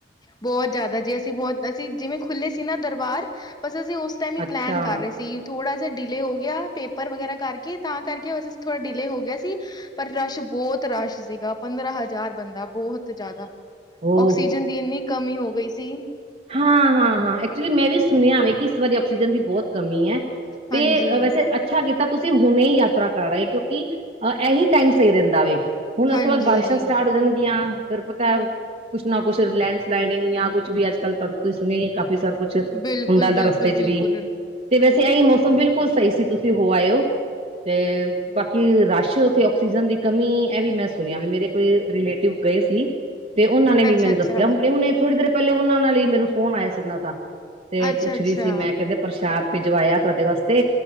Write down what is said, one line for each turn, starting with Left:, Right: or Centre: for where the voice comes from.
Left: ਬਹੁਤ ਜ਼ਿਆਦਾ, ਜੇ ਅਸੀਂ ਬਹੁਤ ਅਸੀਂ ਜਿਵੇਂ ਖੁੱਲ੍ਹੇ ਸੀ ਨਾ ਦਰਬਾਰ, ਬੱਸ ਅਸੀਂ ਉਸ ਤਾਂ ਵੀ
Right: ਅੱਛਾ
Left: ਪਲੈਨ ਕਰ ਰਹੇ ਸੀ। ਥੋੜ੍ਹਾ ਜਿਹਾ ਡਿਲੇ ਹੋ ਗਿਆ। ਪੇਪਰ ਵਗੈਰਾ ਕਰਕੇ ਤਾਂ ਕਰਕੇ ਬੱਸ ਥੋੜ੍ਹਾ ਡਿਲੇ ਹੋ ਗਿਆ ਸੀ। ਪਰ ਰਸ਼ ਬਹੁਤ ਰਸ਼ ਸੀਗਾ ਪੰਦਰਾਂ ਹਜ਼ਾਰ ਬੰਦਾ ਬਹੁਤ ਜ਼ਿਆਦਾ
Right: ਹੋ
Left: ਆਕਸੀਜਨ ਦੀ ਇੰਨੀ ਕਮੀ ਹੋ ਗਈ ਸੀ।
Right: ਹਾਂ ਹਾਂ, ਹਾਂ ਐਕਚੁਲੀ ਮੈਂ ਵੀ ਸੁਣਿਆ ਵੇ ਕਿ ਇਸ ਵਾਰੀ ਆਕਸੀਜਨ ਦੀ ਬਹੁਤ ਕਮੀ ਹੈ। ਤੇ
Left: ਹਾਂਜੀ
Right: ਵੈਸੇ ਅ ਅੱਛਾ ਕੀਤਾ ਤੁਸੀਂ ਹੁਣੇ ਯਾਤਰਾ ਕਰ ਆਏ ਕਿਉਂਕਿ ਅਹ ਇਹੀ ਟਾਈਮ ਸਹੀ ਰਹਿੰਦਾ ਵੇ। ਹੁਣ
Left: ਹਾਂਜੀ
Right: ਉਸ ਤੋਂ ਬਾਅਦ ਬਾਰਿਸ਼ਾਂ ਸਟਾਰਟ ਹੋ ਜਾਣਗੀਆਂ ਦੁਰਪਤਾ ਕੁਛ ਨਾ ਕੁਛ ਲੈਂਡ ਸਲਾਈਡਿੰਗ ਯਾ ਕੁਛ ਵੀ ਅਜਕੱਲ ਤ ਸੁਣਿਆ ਹੈ। ਕੰਮ ਫਿਰ ਸਾਰ ਕੁੱਛ ਹੁੰਦਾ
Left: ਬਿਲਕੁਲ ਬਿਲਕੁਲ
Right: ਦਾ ਰਸਤੇ ਚ
Left: ਬਿਲਕੁਲ
Right: ਵੀ, ਤੇ ਵੈਸੇ ਆਹੀ ਮੌਸਮ ਬਿਲਕੁਲ ਸਹੀ ਸੀ ਤੁਸੀਂ ਤੁਸੀ ਹੋ ਆਏਓ ਤੇ ਬਾਕੀ ਰਸ਼ ਉੱਥੇ ਆਕਸੀਜਨ ਦੀ ਕਮੀ ਇਹ ਵੀ ਮੈਂ ਸੁਣਿਆ ਵੇ ਮੇਰੇ ਕੋਈ ਰਿਲੇਟਿਵ ਗਏ ਸੀ ਤੇ ਉਹਨਾਂ ਨੇ ਵੀ
Left: ਅੱਛਾ
Right: ਮੈਨੂੰ
Left: ਅੱਛਾ
Right: ਦੱਸਿਆ। ਹੁਣੇ ਹੁਣੇ ਥੋੜੀ ਦੇਰ ਪਹਿਲੇ ਉਹਨਾਂ ਨਾਲ ਹੀ ਮੈਨ ਫੋਨ ਆਇਆ ਸੀ ਉਹਨਾਂ ਦਾ ਤੇ
Left: ਅੱਛਾ
Right: ਪੁੱਛ
Left: ਅੱਛਾ
Right: ਰਹੀ ਸੀ, ਮੈਂ ਕਹਿੰਦੇ ਪ੍ਰਸ਼ਾਦ ਭਿਜਵਾਇਆ ਤੁਹਾਡੇ ਵਾਸਤੇ